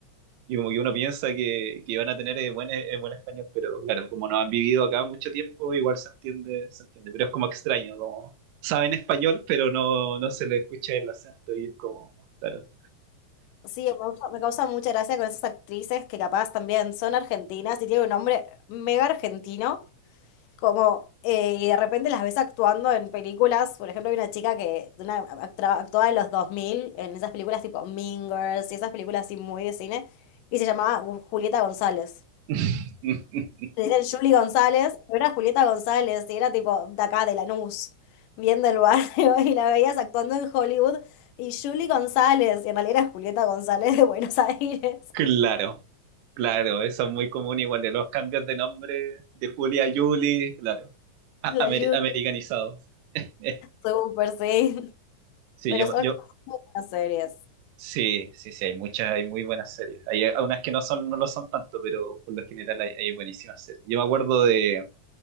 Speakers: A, on the right (about 80°); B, on the left (about 85°).
A: Y como que uno piensa que, que van a tener eh, buen, eh, buen español, pero claro, como no han vivido acá mucho tiempo, igual se entiende, se entiende. Pero es como extraño, como saben español, pero no, no se les escucha el acento y es como, claro.
B: Sí, me causa, me causa mucha gracia con esas actrices que capaz también son argentinas y tienen un nombre mega argentino, como, eh, y de repente las ves actuando en películas, por ejemplo, hay una chica que una, actra- actuaba en los 2000 en esas películas tipo Mean Girls y esas películas así muy de cine, y se llamaba Gu- Julieta González.
A: <laughs>
B: Le decían Julie González, pero era Julieta González y era tipo de acá, de Lanús, bien del barrio, <laughs> y la veías actuando en Hollywood. Y Julie González, y en realidad era Julieta González de Buenos <laughs> Aires.
A: Claro, claro, eso es muy común igual de los cambios de nombre de Julia a Julie, claro, A-
B: La
A: amer-
B: Juno,
A: americanizados. <laughs>
B: súper, sí. <laughs>
A: Sí,
B: Pero
A: yo,
B: son
A: yo,
B: buenas series.
A: Sí, sí, sí, hay muchas, hay muy buenas series. Hay unas que no son, no lo son tanto, pero por lo general hay, hay buenísimas series. Yo me acuerdo de,